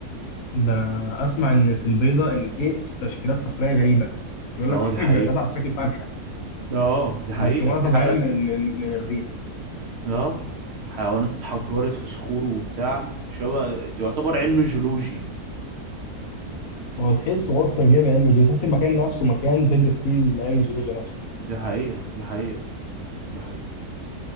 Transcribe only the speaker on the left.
ده انا اسمع ان في البيضه ان في تشكيلات صخريه غريبه بيقول
لك
<laughs>
بيبقى ساعات على شكل فرخه
ومتكونه
طبيعيا
من من من الريح
هو تحسه اصلا جاي من علم الجيولوجيا تحس المكان نفسه مكان تدرس فيه علم الجيولوجيا نفسه